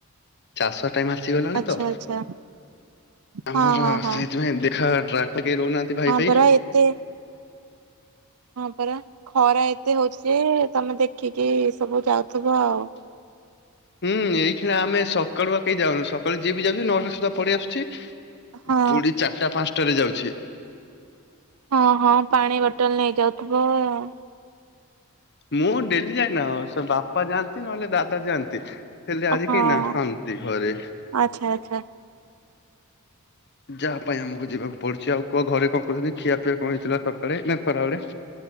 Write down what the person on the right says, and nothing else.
ଆଚ୍ଛା
ଆଚ୍ଛା
ହଁ ହଁ ହଁ
ହଁ
ପରା ଏତେ ହଁ ପରା ଖରା ଏତେ ହଉଛି ଯେ ତମେ ଦେଖିକି ସବୁ ଯାଉଥିବ ଆଉ।
ହଁ
ହଁ ହଁ ପାଣି ବଟଲ ନେଇ ଯାଉଥିବ ଆଉ।
ହଁ
ଆଚ୍ଛା ଆଚ୍ଛା